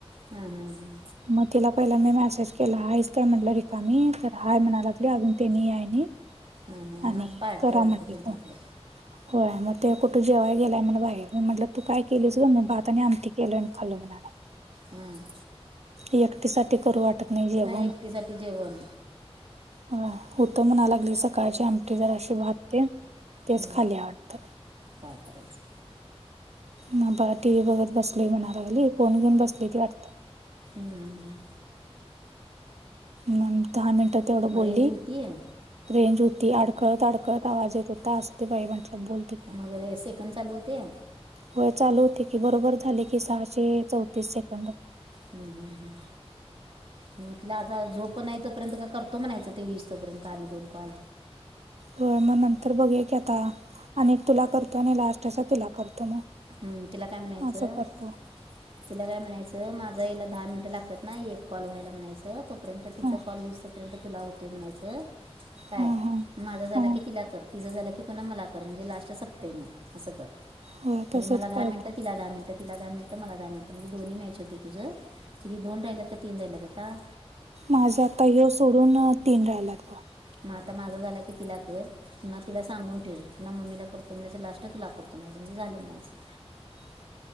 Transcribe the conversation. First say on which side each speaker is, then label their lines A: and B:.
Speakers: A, on the right; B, on the right.
A: हा हा हा.
B: मग तिला पहिला मी मेसेज केला हाच काय म्हटल रिक का मी तर हाय म्हणालागली अजून त्यांनी यायनी
A: हां हां
B: आणि
A: आज पार्टी
B: करा
A: आहे वाटतं
B: म्हटली
A: त्यांच्याकडे
B: फोन. होय मग ते कुठे जेव्हा गेलाय म्हण बाहेर मी म्हटलं तू काय केलीस ग मी बाात आणि आमती केलय आणि खालो म्हणाला.
A: हम
B: एकटी साठी करू वाटत नाही जेवण.
A: एकटीसाठी जेवण
B: ह होत म्हणा लागली सकाळची आमटी जर अशी भातते तेच
A: हं,
B: खाली वाटत.
A: काय करायचं.
B: ना परत टीव्ही बघत बसले म्हणागली फोन घेऊन बसली ती आता.
A: हम्मम
B: म दहा मिनिटात तेवढं
A: मग
B: बोलली.
A: रेंज होती
B: रेंज होती अडकळत अडकळत आवाज येत होता असं ते बाई म्हटलं बोल. तिकडं.
A: मग रे! सेकंड चालू होते.?
B: होय चालू होते की बरोबर झाले की सहाशे चौतीस सेकंद.
A: हम् हम् हम् मग तला आता जो पण नाही तोर्यंत का करतो म्हणा यायच ते वीस तोपर्यंत का आणि दोन कल
B: होय मग नंतर बघे की आता अनेक तुला करतो आणि लास्टचा तिला करतो मग.
A: हम्म तिला काय म्हणायचं?
B: असं करतो
A: तिला काय म्हणायचं माझा याला दहा मिनिटं लागतात ना एक कॉल व्हायला म्हणायचं तोपर्यंत तिचा
B: हां
A: कॉल वीसपर्यंत तुला होतोय म्हणायचं काय
B: हां हां
A: माझा झाला
B: हां
A: कि तिला कर. तिचं झालं की पुन्हा मला कर म्हणजे लास्ट सपते मग असं कर म्हणजे
B: होय तसंच
A: मला दहा
B: करतो
A: मिनट तिला दहा मिनट. तिला दहा मिनटं मला दहा मिनटं म्हणे दो्ही मॅच होते तुझं किती दोन राहिलं का तीन राहिलेत आता?
B: माझा आता यो सोडून तीन राहिलात.
A: मग आता माझा झाला की तिला कर. ना तिला सांगून ठेव ना मम्मीला करतो म्हणायचं लास्ट तुला करतो म्हणायच म्हणजे झालं म्हणायचं.
B: <unintelligible>